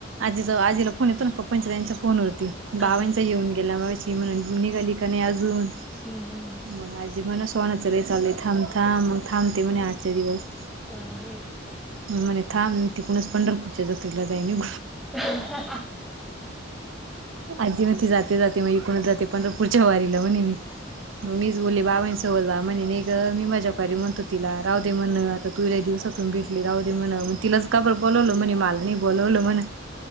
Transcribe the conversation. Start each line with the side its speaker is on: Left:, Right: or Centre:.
Right: आजीचा आजीला फोन येतो ना पप्पांच्या त्यांच्या फोनवरती
Centre: हां,
Right: बाबांचा येऊन गेला मगाशी. ती म्हणल निघाली का नाई आजून
Centre: हम्म,
Right: मग आजी म्हणस पोरांचं लय चाललयं थांब थांब मंग थांबते म्हणे आजच्या दिवस.
Centre: हा.
Right: म म्हणे थांब तिकुणचं पंढरपूरच्या जत्रेला जाय निऊ.
Centre: हः ह हा.
Right: आजी म्हणते जाते जाते मग एकूणच जाते पंढरपूरच्या वारीला म्हणे मी म मी ती बोलली बाबांसोबत जा नायग मी माझ्या परी म्हणतो तिला राहूदे म्हण आता तु लया दिवसातून भेटली राहूदे म्हण मग तिलाच का बर बोलावलं म्हणे मला नाही बोलवल म्हण